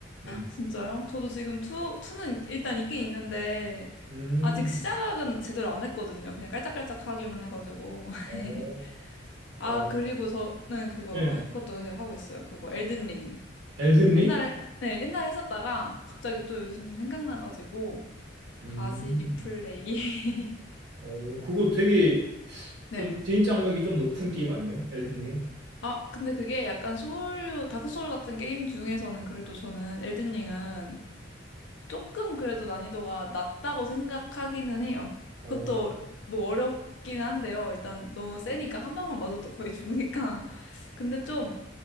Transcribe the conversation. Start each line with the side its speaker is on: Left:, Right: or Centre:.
Right: 예.
Left: 진짜요? 저도 지금 투, 투는 일단 있긴 있는데,
Right: 음.
Left: 아직 시작은 제대로 안 했거든요. 그냥 깔짝깔짝하기만 해가지고.
Right: 어,
Left: <laughs> 아,
Right: 와,
Left: 그리고 저는 그거,
Right: 예,
Left: 해- 그것도 해- 하고 있어요. 그거, 엘든링.
Right: 엘든
Left: 옛날에,
Right: 링?
Left: 네, 옛날에 했었다가, 갑자기 또 요즘 생각나가지고,
Right: 음,
Left: 다시 리플레이.
Right: 어, 그거 되게
Left: <laughs> 네.
Right: 좀 진입장벽이 좀 높은 게임 아니에요? 엘든 링?
Left: 아, 근데 그게 약간 소울류, 다크소울 같은 게임 중에서는 그래도 저는 엘든링은 조금 그래도 난이도가 낮다고 생각하기는 해요.
Right: 어,
Left: 그것도 뭐 어렵긴 한데요. 일단 너무 세니까 한 방만 맞아도 거의 죽으니까. <laughs> 근데 좀